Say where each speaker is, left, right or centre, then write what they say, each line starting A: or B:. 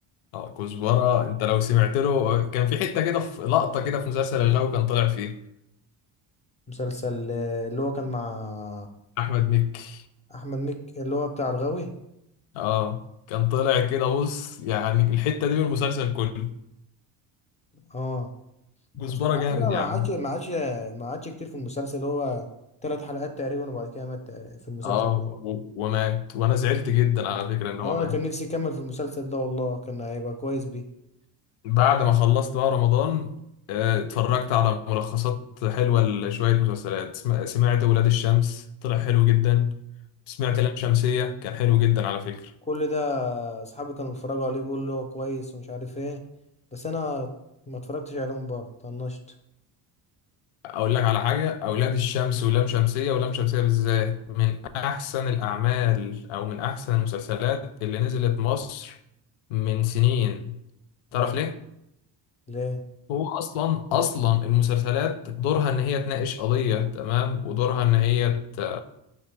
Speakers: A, on the left; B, on the left.
A: اه كزبره انت لو سمعت له كان في حته كده في لقطه كده في مسلسل الغاوي كان طالع فيه
B: مسلسل آه، اللي هو كان مع
A: احمد مكي
B: أحمد مكي اللي هو بتاع الغاوي
A: اه كان طالع كده بص يعني الحته دي من المسلسل كله
B: اه
A: كزبره
B: بس على
A: جامد
B: فكرة ما
A: يا عم
B: عادش ما عادش ما عادش كتير في المسلسل هو ثلاث حلقات تقريبا وبعد كده مات تق- في المسلسل
A: اه
B: ده
A: و- ومات وانا زعلت جدا على فكرة ان هو
B: اه
A: مات
B: أنا كان نفسي يكمل في المسلسل ده والله كان هيبقى كويس بيه
A: بعد ما خلصت بقى رمضان آه، اتفرجت على ملخصات حلوة لشوية مسلسلات سم- سمعت ولاد الشمس طلع حلو جدا سمعت لام شمسية كان حلو جدا على فكرة
B: كل ده أصحابي كانوا بيتفرجوا عليه بيقولوا اللي هو كويس ومش عارف ايه بس أنا ما اتفرجتش عليهم برضه طنشت
A: اقول لك على حاجة اولاد الشمس ولام شمسية ولام شمسية بالذات من احسن الاعمال او من احسن المسلسلات اللي نزلت مصر من سنين تعرف
B: أيوة
A: ليه
B: ليه؟
A: هو اصلا اصلا المسلسلات دورها ان هي تناقش قضيه تمام ودورها ان هي ت...